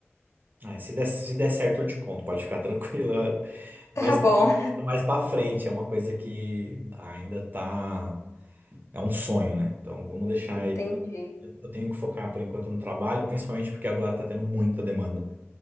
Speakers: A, on the right; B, on the left.
A: Ah, se der, se der certo, eu te conto, pode ficar tranquilo. <laughs> Mas
B: Tá bom.
A: é um projeto mais pra frente, é uma coisa que ainda tá. É um sonho, né? Então vamos deixar
B: <laughs> Entendi.
A: aí. Eu eu tenho que focar por enquanto no trabalho, principalmente porque agora tá tendo muita demanda.